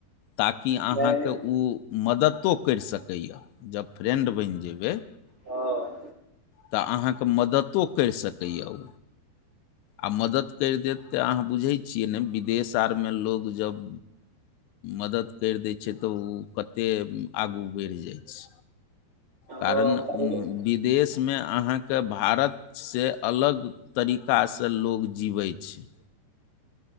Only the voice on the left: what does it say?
ताकि अहाँके
उ मदतो करि सकैए जब फ्रेन्ड बनि जेबै
तऽ अहाँके मदतो करि सकैए उ। आ मदति करि देत तऽ अहाँ बुझैत छियै ने विदेश आरमे लोक जब मदत करि दै छै तऽ ओ कतेक आगू बढ़ि जाइ छै। कारण
विदेश में अहाँके भारतसँ अलग तरीका सँ लोक जीबै छै।